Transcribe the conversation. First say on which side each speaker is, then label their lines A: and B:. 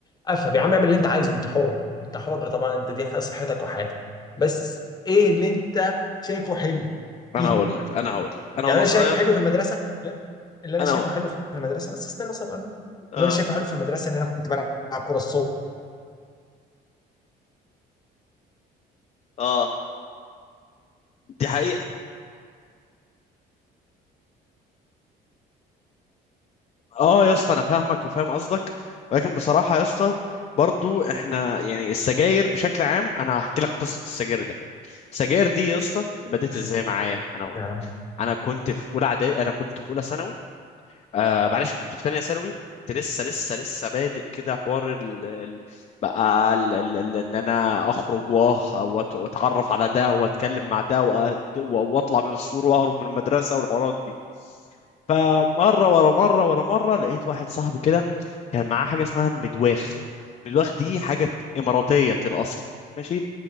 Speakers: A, on the left; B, on the left.
A: افهم يا عم اعمل اللي انت عايزه انت حر انت حر طبعا انت دي حاجة صحتك وحياتك بس ايه اللي انت شايفه حلو فيها
B: انا هقول لك انا هقول لك انا
A: يعني
B: وانا
A: انا
B: صغير
A: شايف حلو في المدرسه اللي انا
B: انا
A: شايفه
B: هقول
A: حلو في المدرسه بس استنى مثلا انا
B: اه
A: اللي انا شايفه حلو في المدرسه ان انا كنت بلعب كوره الصبح
B: اه دي حقيقة اه يا اسطى انا فاهمك وفاهم قصدك ولكن بصراحة يا اسطى برضو احنا يعني السجاير بشكل عام انا هحكي لك قصة السجاير ده السجاير دي يا اسطى بدأت
A: ماشي
B: ازاي معايا انا هقول
A: يا عم
B: لك انا كنت في اولى اعدادي انا كنت في اولى ثانوي آه معلش كنت في تانية ثانوي كنت لسه لسه لسه بادئ كده حوار ال... ال... بقى ال... ال... ال... ان انا اخرج وأه- وأت- واتعرف على ده واتكلم مع ده وأ- واطلع من السور واهرب من المدرسة والحوارات دي فمرة ورا مرة ورا مرة لقيت واحد صاحبي كده كان معاه حاجة اسمها المدواخ المدواخ دي حاجة إماراتية الأصل ماشي